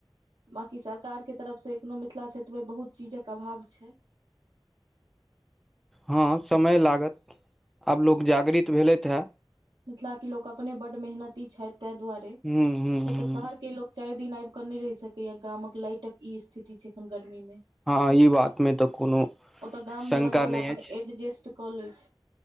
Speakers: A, on the right; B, in the centre.
A: बाँकी सरकारके तरफसँ एखनो मिथिला क्षेत्रमे बहुत चीजक अभाव छै
B: हँ समय लागत आब लोक जागृत भेलथि हँ
A: मिथिला के लोक अपने बड मेहनती छथि तहि दुआरे नहि
B: हूँ हूँ हूँ
A: तऽ शहर के लो चार दिन आबि कऽ नहि रहि सकै या गामक लाइटक ई स्थिति छै एखन गर्मी म
B: हँ ई बात मे तऽ कोनो
A: ओतऽ गाम
B: शंका
A: मे रहय बला
B: नहि
A: अपन
B: अछि
A: एडजेस्ट क लै छ